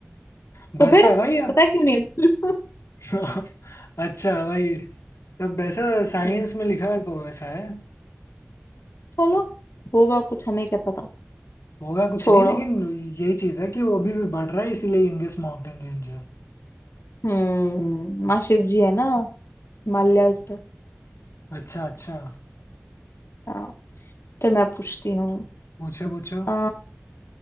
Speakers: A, on the left; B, on the left.
A: बढ़ता
B: तो फिर
A: है भाई अब
B: पता क्यों नहीं है? <laughs>
A: <laughs> अच्छा भाई तब वैसा साइंस
B: हम्म,
A: में लिखा है तो वैसा है
B: चलो होगा कुछ हमें क्या पता
A: होगा कुछ
B: छोड़ो
A: नहीं लेकिन यही चीज है कि वो अभी भी बढ़ रहा है इसीलिए यंगेस्ट माउंटेन रेंज है
B: हम्म माँ शिव जी है ना हिमालयाज पे
A: अच्छा अच्छा
B: हाँ, चल मैं पूछती हूँ
A: पूछो पूछो
B: अ